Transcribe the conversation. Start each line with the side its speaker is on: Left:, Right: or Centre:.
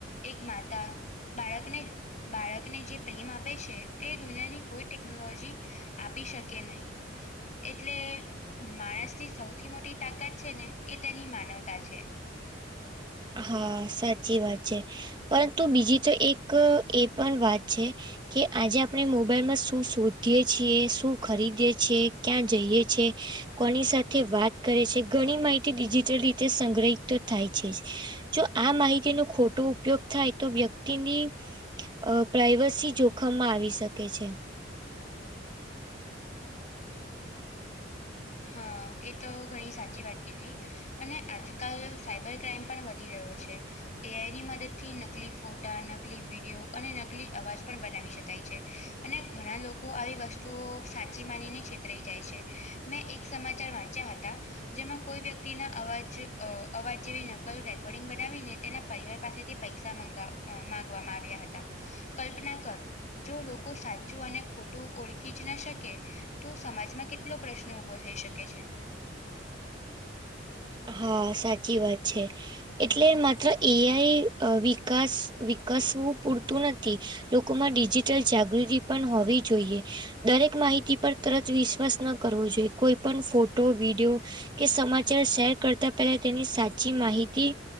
Left: એક માતા બાળકને બાળકને જે પ્રેમ આપે છે તે દુનિયાની કોઈ ટેકનોલોજી આપી શકે નહીં. એટલે માણસની સૌથી મોટી તાકાત છે ને એ તેની માનવતા છે.
Right: હા સાચી વાત છે, પરંતુ બીજી તો એક એ પણ વાત છે કે આજે આપણે મોબાઈલમાં શું શોધીએ છીએ, શું ખરીદીએ છીએ, ક્યાં જઈએ છીએ, કોની સાથે વાત કરે છે ઘણી માહિતી ડિજિટલ રીતે સંગ્રહિત તો થાય છે જ. જો આ માહિતીનો ખોટો ઉપયોગ થાય તો વ્યક્તિની અ પ્રાઈવસી જોખમમાં આવી શકે છે.
Left: હા, એ તો ઘણી સાચી વાત કીધી અને આજકાલ સાઈબર ક્રાઈમ પણ વધી રહ્યો છે. એ આઈની મદદથી નકલી ફોટા, નકલી વિડિઓ અને નકલી અવાજ પણ બનાવી શકાય છે. અને ઘણા લોકો આવી વસ્તુઓ સાચી માનીને છેતરાઈ જાય છે. મેં એક સમાચાર વાંચ્યા હતા જેમાં કોઈ વ્યક્તિના અવાજ અ અવાજ જેવી નકલ રેકોર્ડિંગ બનાવીને તેના પરિવાર પાસેથી પૈસા મંગાવ-માંગવામાં આવ્યા હતા. કલ્પના કર જો લોકો સાચું અને ખોટું ઓળખી જ ના શકે તો સમાજમાં કેટલો પ્રશ્ન ઉભો થઈ શકે છે.
Right: હા, સાચી વાત છે. એટલે માત્ર એ આઈ વિકાસ વિકસવું પૂરતું નથી. લોકોમાં ડિજિટલ જાગૃતિ પણ હોવી જોઈએ. દરેક માહિતી પર તરત વિશ્વાસ ન જોઈએ. કોઈ પણ ફોટો, વિડીયો કે સમાચાર શેર કરતા પહેલા તેની સાચી માહિતી